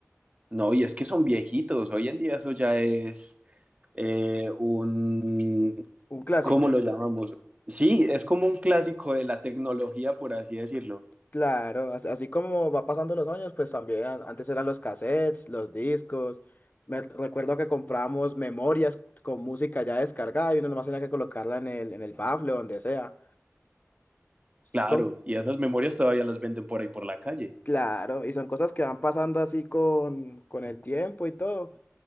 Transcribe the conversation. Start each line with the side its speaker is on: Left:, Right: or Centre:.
Right: No, y es que son viejitos. Hoy en día eso ya es eh, un,
Left: Un clásico,
Right: ¿cómo lo llamamos? Sí, es como un clásico de la tecnología, por así decirlo.
Left: claro, as- así como va pasando los años, pues también a- antes eran los cassettes, los discos. Me recuerdo que compramos memorias con música ya descargada y uno nomás tenía que colocarla en el, en el bafle o donde sea. Son,
Right: Claro, y esas memorias todavía las venden por ahí por la calle.
Left: claro, y son cosas que van pasando así con, con el tiempo y todo.